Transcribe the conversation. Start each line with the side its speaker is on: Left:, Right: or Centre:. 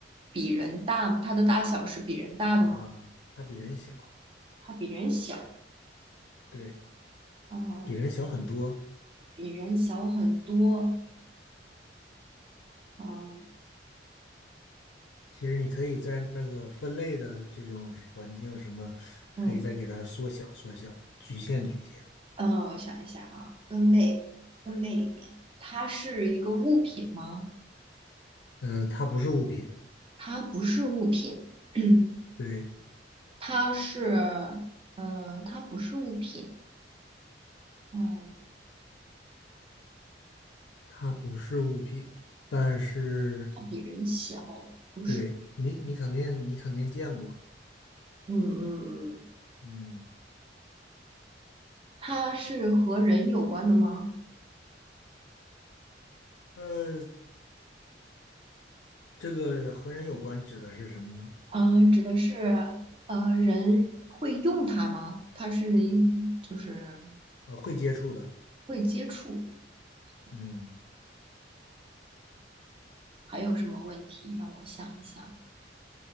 Right: 比人大，他的大小是比人大的吗？
Left: 啊，他比人小，
Right: 他比人小，
Left: 对，
Right: 嗯、
Left: 比人小很多。
Right: 比人小很多，嗯、
Left: 其实你可以在那个分类的这种环境什么，
Right: 嗯。
Left: 可以再给它缩小缩小，局限局限。
Right: 嗯，我想一下啊，分类分类里面，它是一个物品吗？
Left: 嗯、它不是物品，
Right: 它不是物品，<clears throat>
Left: 对，
Right: 它是，嗯、它不是物品，嗯、
Left: 它不是物品，但是
Right: 它比人小，不是，
Left: 对你，你肯定你肯定见过。
Right: 嗯嗯，嗯
Left: 嗯，
Right: 它是和人有关的吗？
Left: 呃，这个和人有关指的是什么呢？
Right: 嗯、指的是，呃，人会用它吗？它是一，就是
Left: 呃，会接触的。
Right: 会接触，嗯，
Left: 嗯。
Right: 还有什么问题？让我想一想，